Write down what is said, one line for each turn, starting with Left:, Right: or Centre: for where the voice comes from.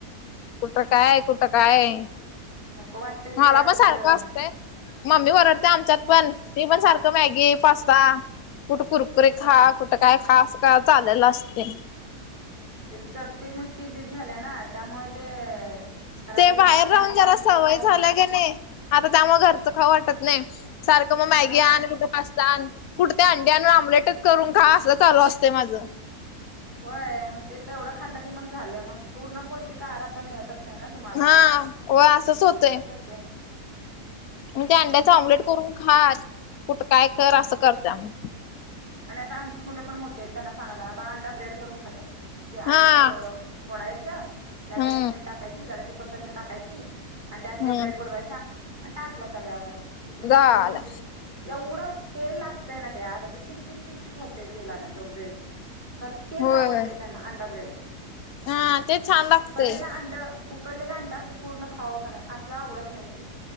Left: कुठ काय कुठं काय
Right: नको वाटतंय
Left: मला
Right: ते असलं
Left: पण सारखं असतंय मम्मी वरडते आमच्यात पण ती पण सारखं मॅगी पास्ता कुठ कुर खा
Right: ह
Left: कुठं काय खा अस का चालेल असते
Right: ते चटते मग त जीप झाल्या ना त्यामुळे ते घरातली
Left: ते बाहेर
Right: भात
Left: राहून
Right: भाजी
Left: जरा
Right: आमटी
Left: सवय
Right: खाऊ
Left: झाल्या
Right: वाटत
Left: की नाही आता त्यामुळे घरचं खाऊ वाटत नाही सारखं मग
Right: हा
Left: मॅगी आणि कुठं पास्ता कुठत्या अंड्यांवर आमलेटच करून खा असं चालू असते माझं
Right: होय मग ते तर एवढं खाल्लं की मग झालं मग पूर्ण पौष्टिक आहार असा मिळतच नाही ना तुम्हाला
Left: हा व असंच होतंय
Right: असं होत.
Left: मग त्या अंड्याच ऑमलेट करून खा कुठं काय कर असं करतामग.
Right: आणि आता आमची मुलं पण मोठठीे आहेत त्यांना सांगाय आता अंडा ब्रेड करून खातात. ते अंड्या
Left: हा
Right: फोडायचं त्या
Left: हम्म
Right: चटणीमध्ये टाकायची जराशी कोथंबीर टाकायची आणि त्यात त्या
Left: हम्म
Right: ब्रेड बुडवायचा आणि टाकला तव्यावर ईकडून
Left: झालं
Right: तिकडून भाजला एवढं तेल ला असतय ना ते आत असं चिपचिप चिपचिप होतय तेलाने तो ब्रेड खरं तेच
Left: होय
Right: आवडतेय त्यांना अंडा ब्रेड
Left: हा ते छान लागतेय.
Right: उकडलेला अंड उकडलेला अंड असं पूर्ण खावं का नाही असं आवडत नाही ते